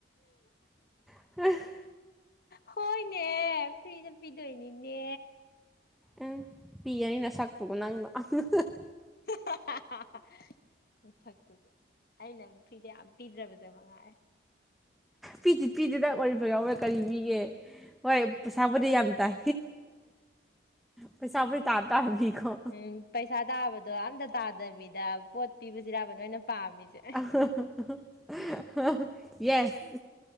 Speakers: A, in the centre; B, on the left.
A: <unintelligible>
B: ꯍꯣꯏꯅꯦ ꯐ꯭ꯔꯤꯗ ꯄꯤꯗꯣꯏꯅꯤꯅꯦ
A: ꯎꯝ ꯄꯤꯔꯅꯤ ꯅꯁꯥꯛꯇꯨꯒ ꯅꯪꯅꯥ <unintelligible>
B: ꯍꯥꯍꯥꯍꯥꯍꯥ ꯑꯩ ꯅꯪ ꯐꯔꯤꯗ ꯌꯥꯝ ꯄꯤꯗ꯭ꯔꯕꯁꯦ ꯃꯉꯥꯏꯔꯦ
A: ꯄꯤꯗꯤ ꯄꯤꯗꯦꯗ ꯑꯣꯔꯤꯐꯦꯝ ꯌꯥꯎꯕꯩ ꯀꯔꯤ ꯄꯤꯒꯦ ꯍꯣꯏ ꯄꯩꯁꯥꯕꯨꯗꯤ ꯌꯥꯝ ꯇꯥꯏ ꯄꯩꯁꯥꯕꯨꯗꯤ ꯇꯥ ꯇꯥꯔꯕꯤꯀꯣ
B: ꯎꯝ ꯄꯩꯁꯥ ꯇꯥꯕꯗꯣ ꯑꯝꯇ ꯇꯥꯗꯕꯤꯗ ꯄꯣꯠ ꯄꯤꯕꯁꯤꯔꯥꯕ ꯅꯣꯏꯅ ꯄꯥꯝꯃꯤꯁꯦ
A: <unintelligible> ꯌꯦꯁ